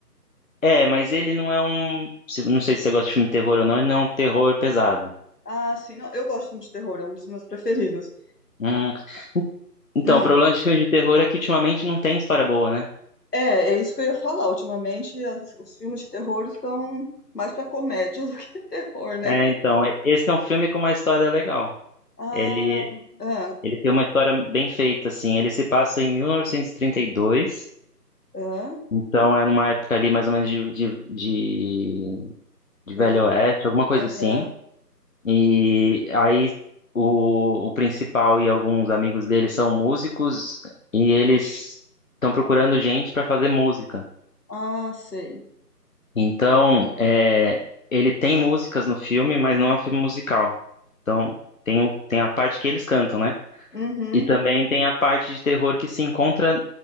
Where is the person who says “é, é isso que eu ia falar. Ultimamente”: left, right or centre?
Left